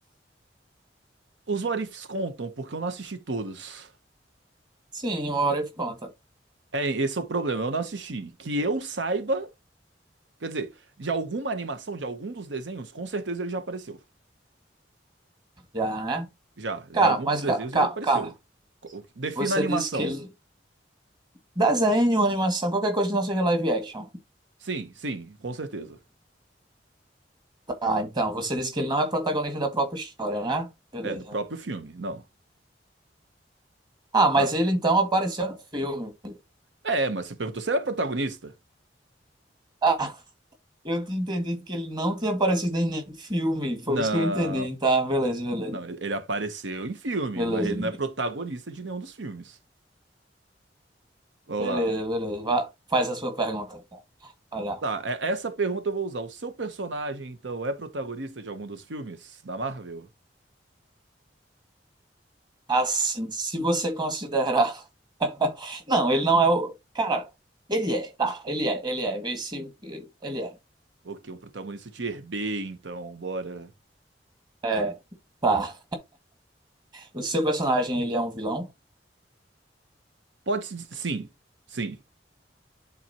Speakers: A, on the right; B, on the right.
A: Os What Ifs contam, porque eu não assisti todos.
B: Sim, o Orif conta.
A: É, esse é o problema, eu não assisti. Que eu saiba, quer dizer, de alguma animação, de algum dos desenhos, com certeza ele já apareceu.
B: Já, né?
A: Já, de
B: Cara,
A: algum
B: mas,
A: dos desenhos
B: ca- ca-
A: ele apareceu.
B: cara,
A: Co- Defina
B: você
A: a animação.
B: disse que ele... Desenho, animação, qualquer coisa que não seja live action.
A: Sim, sim, com certeza.
B: Ah, então, você disse que ele não é protagonista da própria história, né? Beleza.
A: É, do próprio filme, não.
B: Ah, mas
A: Ah,
B: ele então apareceu no filme. <laughs>
A: é, mas você perguntou se ele é protagonista?
B: Ah, eu tinha entendido que ele não tinha aparecido em nenhum filme. Foi
A: Não,
B: isso que eu entendi. Tá, beleza, beleza.
A: não, ele ele apareceu em filme,
B: Beleza,
A: mas ele não é protagonista de nenhum dos filmes. Vamos
B: beleza,
A: lá.
B: beleza. Vá, faz a sua pergunta. então. Olha,
A: Tá, é- essa pergunta eu vou usar. O seu personagem, então, é protagonista de algum dos filmes da Marvel?
B: assim, se você considerar. <laughs> Não, ele não é o. Cara, ele é, tá, ele é, ele é. Vê se. Ele é.
A: Ok, um protagonista de B, então, bora.
B: É, tá. O seu personagem, ele é um vilão?
A: Pode se. diz- Sim, sim.